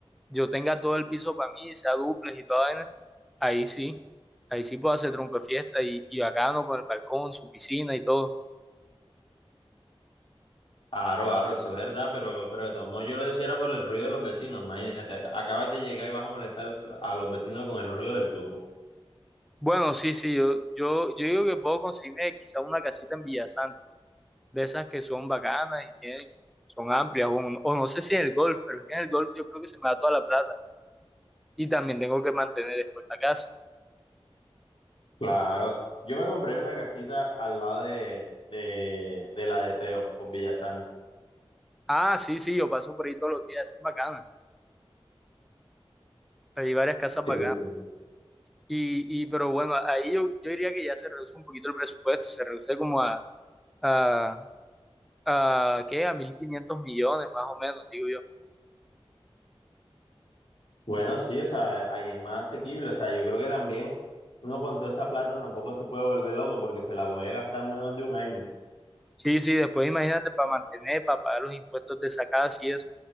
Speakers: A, in the centre; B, on the left (about 60°).
A: yo tenga todo el piso para mí, sea duples y toda vaina, ahí sí, ahí sí puedo hacer tronco de fiesta y, y bacano con el balcón, su piscina y todo.
B: Aro, aro, eso es verdad, pero, pero de todos modos yo lo decía era por el ruido de los vecinos, imagínate, acabas de llegar y vas a molestar a los vecinos con el ruido del turbo.
A: Bueno, sí, sí, yo, yo, yo digo que puedo conseguirme quizá una casita en Villasanta, de esas que son bacanas y tienen, son amplias, o, o no sé si en el golf, pero es que en el golf yo creo que se me da toda la plata. y también tengo que mantener después la casa.
B: Claro, yo me compré una casita al lado de, de, de la de Teo, por Villasanta.
A: Ah, sí, sí, yo paso por ahí todos los días, esa es bacana. Hay varias casas
B: Sí,
A: bacanas.
B: sí.
A: Y, y pero bueno, ahí yo, yo diría que ya se reduce un poquito el presupuesto, se reduce como a, a, a ¿qué? A 1.500 millones más o menos, digo yo.
B: Bueno, sí, o sea, ahí es más asequible. O sea, yo creo que también uno con toda esa plata tampoco se puede volver loco porque se la puede gastar en menos de un año.
A: Sí, sí, después imagínate para mantener, para pagar los impuestos de esa casa y eso.